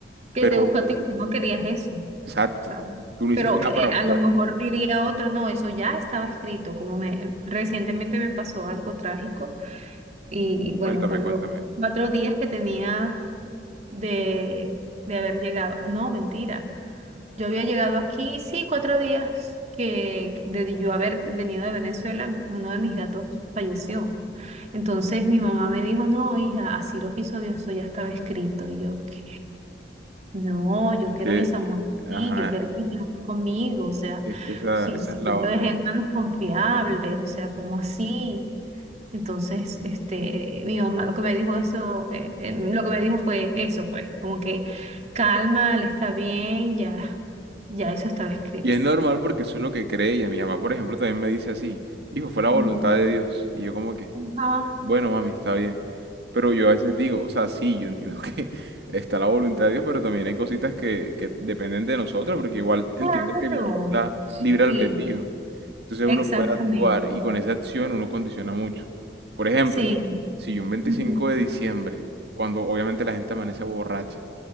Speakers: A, on the right; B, on the right.
A: Que
B: pero
A: te buscó a ti, no querías eso,
B: exacto,
A: ¿sabes?
B: tú no
A: Pero
B: hiciste
A: que,
B: nada
A: eh,
B: para buscarla.
A: a lo mejor diría otro, no, eso ya estaba escrito, como me recientemente me pasó algo trágico y, bueno,
B: Cuéntame,
A: cuando
B: cuéntame.
A: cuatro días que tenía de, de haber llegado, no, mentira, yo había llegado aquí, sí, cuatro días que que de yo haber venido de Venezuela, uno de mis gatos falleció. Entonces mi mamá me dijo, no, hija, así lo quiso Dios, eso ya estaba escrito. Y yo, ¿qué? No, yo
B: Es
A: quiero
B: que,
A: a mis amores,
B: ajá,
A: sí, yo quiero que mis amores conmigo, o sea,
B: es que esa,
A: si,
B: esa
A: si
B: es la
A: yo lo
B: otra.
A: dejé en manos confiables, o sea, como así? Entonces, este, mi mamá lo que me dijo eso, eh, eh, lo que me dijo fue eso, pues, como que calma, él está bien, ya, ya eso estaba escrito.
B: Y es normal porque eso es lo que cree ella. Mi mamá, por ejemplo, también me dice así, hijo, fue la voluntad
A: Ujú.
B: de Dios. Y yo como que...
A: Ajá,
B: Bueno, mami, está bien. Pero yo a veces digo, o sea, sí, yo entiendo que <laughs> está la voluntad de Dios, pero también hay cositas que, que dependen de nosotros, porque igual entiende
A: claro,
B: que Dios nos da libre
A: sí,
B: albedrío. Entonces
A: exactamente,
B: uno puede actuar y con esa acción uno condiciona mucho. Por ejemplo,
A: sí.
B: si yo un 25
A: ujú.
B: de diciembre, cuando obviamente la gente amanece borracha,